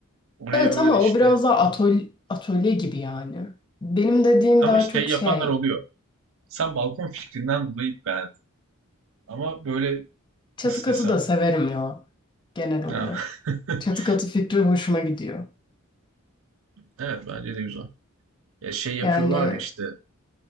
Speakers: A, on the right; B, on the left.
A: Oraya
B: Evet
A: böyle
B: ama
A: işte
B: o biraz daha atölye, atölye gibi yani. Benim dediğim
A: Ama
B: daha
A: şey
B: çok
A: yapanlar
B: şey.
A: oluyor. Sen balkon fikrinden dolayı beğendin. Ama böyle
B: Çatı
A: nasıl
B: katı
A: desem.
B: da severim ya genel olarak.
A: Ya. <laughs>
B: Çatı katı fikri hoşuma gidiyor.
A: Evet bence de güzel. Ya şey yapıyorlar
B: Yani
A: ya işte